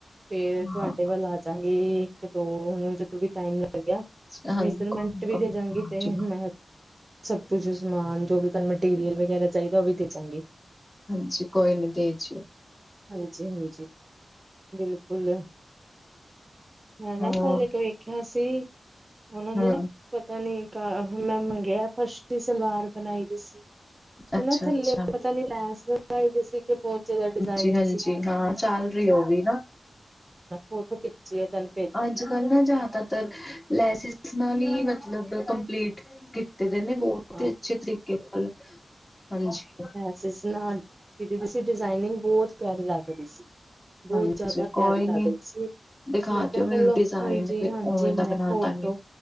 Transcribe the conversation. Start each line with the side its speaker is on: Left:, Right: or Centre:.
Right: ਫੇਰ ਤੁਹਾਡੇ
Left: ਹਾਂ
Right: ਵੱਲ ਆ ਕਰਾਂਗੇ, ਇੱਕ ਦੋ ਹੁਣ ਜਦੋਂ ਵੀ ਟਾਈਮ ਭਈਆ,
Left: ਹਾਂਜੀ
Right: ਮੇਜਰਮੈਂਟ
Left: ਕੋਈ
Right: ਵੀ ਦੇਜਾਂਗੀ ਤੇ ਮੈਂ ਸਭ ਕੁਝ ਸਮਾਨ, ਜੋ ਵੀ ਤੁਹਾਨੂੰ ਮਟੀਰੀਅਲ ਵਗੈਰਾ ਚਾਹੀਦਾ, ਉਹ ਵੀ ਦੇ ਜਾਵਾਂਗੇ
Left: ਹਾਂਜੀ, ਕੋਈ ਨੀ ਦੇ ਜਿਓ
Right: ਹਾਂਜੀ -ਹਾਂਜੀ, ਬਿਲਕੁਲ, ਹੈ ਨਾ
Left: ਹੋਰ
Right: ਕੱਲ ਕਿ ਖ ਸੀ, ਉਹਨਾਂ ਨੇ
Left: ਹੂੰ
Right: ਨਾ ਪਤਾ ਨੀ ਕ ਮੈਂ ਮੰਗਿਆ, ਫਸਟ ਈ ਸਲਵਾਰ ਬਣਾਈ ਦੀ ਸੀ। ਤੇ
Left: ਅੱਛਾ
Right: ਨਾ ਥੱਲੇ
Left: ਅੱਛਾ
Right: ਪਤਾ ਨੀ ਲੈਸ ਲਗਾਈ ਤੁਸੀਂ ਕੇ ਪਹੁੰਚੇ ਦਾ ਡਿਜ਼ਾਇਨ
Left: ਜੀ ਹਾਂਜੀ
Right: ਸੀ
Left: ਹਾਂ, ਚੱਲ ਰਹੀ ਏ ਉਹ ਵੀ ਨਾ
Right: ਉਹ ਤੇ ਪਿੱਛੇ ਐ ਚਲ।
Left: ਅੱਜ-ਕੱਲ ਨਾ ਜਾਦਾ ਤਰ ਲੈਸਿਸ ਨਾਲ ‌ਈ, ਮਤਲਬ ਕੰਪਲੀਟ ਕੀਤੇ ਦੇ ਨੇ ਦੋ
Right: ਹਾਂ
Left: ਤੇ ਅੱਛੇ ਤਰੀਕੇ ਨਾਲ, ਹਾਂਜੀ।
Right: ਸਿਸ ਨਾਲ ਦੀ, ਸੀ ਡਿਜ਼ਾਇਨਿੰਗ ਬਹੁਤ ਪਿਆਰੀ ਲੱਗ ਰੀ ਸੀ। ਬਹੁਤ
Left: ਹਾਂਜੀ
Right: ਜ਼‌ਾਦਾ ਪਿਆਰੀ
Left: ਕੋਈ
Right: ਲੱਗ
Left: ਨੀ
Right: ਰਹੀ ਸੀ।
Left: ਦਿਖਾ
Right: ਮੈਂ ਕਿਆ
Left: ਦਿਓ ਮੈਨੂੰ
Right: ਚਲੋ,
Left: ਡਿਜ਼ਾਇਨ
Right: ਹਾਂਜੀ
Left: ਫਿਰ
Right: -ਹਾਂਜੀ
Left: ਉਵੇਂ
Right: ਮੈਂ
Left: ਦਾ ਬਣਾ
Right: ਫੋਟੋ
Left: ਦਾਂਗੇ